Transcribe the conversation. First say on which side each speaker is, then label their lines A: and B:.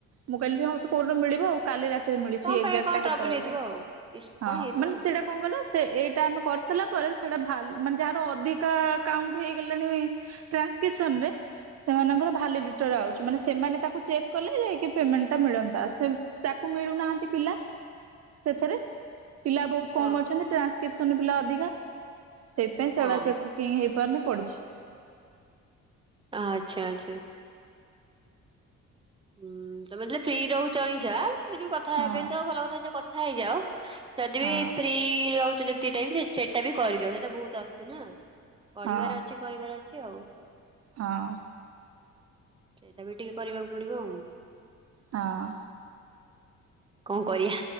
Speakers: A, on the right; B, on the right.
A: ମୁଁ କହିଲି ଯେ ହଉ ସେ କୋଉଦିନ ଗୋଟେ ମିଳିବ ଆଉ କାଲି ରାତ୍ କୁ ମିଳିଛି
B: କଣ
A: ଏଗାରଟା
B: ପାଇଁ କଣ ଟ୍ରବୁଲ
A: କେତେରେ
B: ହେଇଥିବ
A: ଗୋଟେ
B: ଆଉ ଇସୁ
A: ହଁ
B: କଣ ହେଇଥିବ
A: ମାନେ
B: ଆଉ।
A: ସେଡା କଁ କହିଲ ସେ ଏଇଟା ଆମେ କରିସାରିଲା ପରେ ସେଇଟା ଭାଲ ମାନେ ଯାହାର ଅଧିକା କାଉଣ୍ଟ ହେଇଗଲାଣି ଟ୍ରାନ୍ସକ୍ରିପସନରେ। ସେମାନଙ୍କର ଭାଲିଡେଟର ଆଉଛି ମାନେ ସେମାନେ ତାକୁ ଚେକ୍ କଲେ ଯାଇକି ପେମେଣ୍ଟ ଟା ମିଳନ୍ତା ସେ ସା କୁ ମିଳୁନାହାନ୍ତି ପିଲା ସେଥେରେ। ପିଲା ବହୁତ କମ
B: ହଁ ହଁ।
A: ଅଛନ୍ତି ଟ୍ରାନ୍ସକ୍ରିପସନରେ ପିଲା ଅଧିକା ସେଇଥିପାଇଁ
B: ହଁ
A: ସେଗୁଡା ଚେକ୍ କରୁ କିଂ ହେଇପାରୁନି ପଡିଛି।
B: ଆ ଆଚ୍ଛା ଆଚ୍ଛା। ହୁଁ ତମେ ଯେତେବେଳେ ଫ୍ରି ରହୁଛ ଅଇଁଛା ଯଦି ବି କଥା
A: ହଁ
B: ହେବେ ତ ଭଲ କଥା ଯେ କଥା ହେଇଯାଅ। ଯଦି
A: ହଁ
B: ବି ପ୍ରି ରହୁଛ ଯେତିିକି ଟାଇମ ଯେ ସେଇଟା ବି କରିଦଅ ସେଇଟା ବହୁତ ଆସୁଛି ନା। ପଢିବାର
A: ହଁ
B: ଅଛି କହିବାର ଅଛି ଆଉ।
A: ହଁ।
B: ସେଇଟା ବି ଟିକେ କରିବାକୁ ପଡିବ ଆଉ।
A: ହଁ।
B: କଁ କରିଆ?